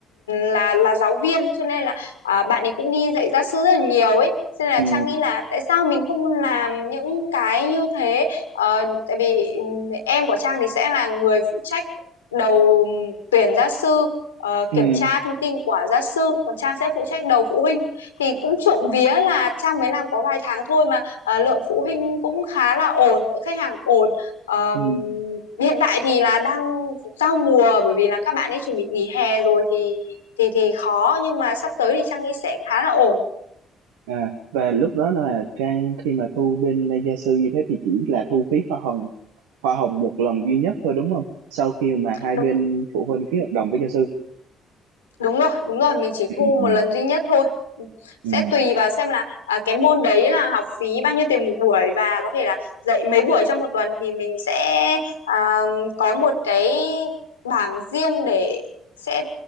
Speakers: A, on the left; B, on the right.
A: là là giáo viên cho nên là à, bạn ấy cũng đi dạy gia sư rất là nhiều ấy cho nên là
B: ừ
A: Trang nghĩ là tại sao mình không làm những cái như thế Ờ, tại vì ừm, em của Trang thì sẽ là người phụ trách đầu tuyển gia sư ờ,
B: ừ
A: kiểm tra thông tin của gia sư còn Trang sẽ phụ trách đầu phụ huynh thì cũng trộm vía là Trang mới làm có vài tháng thôi mà ờ, lượng phụ huynh cũng khá là ổn lượng khách hàng ổn Ờm,
B: ừ
A: hiện tại thì là đang giao mùa bởi vì là các bạn ấy chuẩn bị nghỉ hè rồi thì thì thì khó nhưng mà sắp tới thì Trang nghĩ sẽ khá là ổn
B: À, và lúc đó là
A: Ừ.
B: Trang khi mà thu bên gia sư như thế thì chỉ là thu phí hoa hồng hoa hồng một lần duy nhất thôi đúng không? Sau khi mà hai
A: Đúng
B: bên phụ huynh ký hợp đồng với gia sư.
A: đúng rồi đúng rồi mình chỉ
B: Ừ,
A: thu
B: ừ,
A: một lần duy nhất thôi
B: ừ,
A: sẽ tùy vào xem là à, cái môn đấy là học phí bao nhiêu tiền một buổi và có thể là dạy mấy buổi trong một tuần thì mình sẽ à, có một cái bảng riêng để sẽ